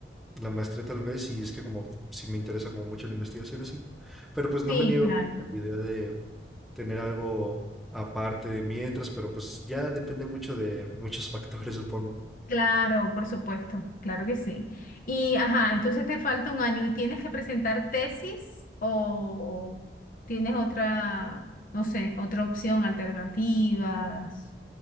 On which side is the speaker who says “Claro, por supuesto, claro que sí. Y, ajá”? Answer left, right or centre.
Left